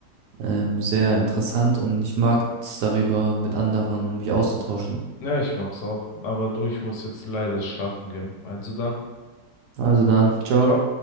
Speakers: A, on the right; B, on the left.
A: ähm, sehr interessant und ich mag es darüber mit anderen mich auszutauschen.
B: Ja, ich mag's auch. Aber du, ich muss jetzt leider schlafen gehen. Also dann.
A: Also dann, ciao.
B: Ciao.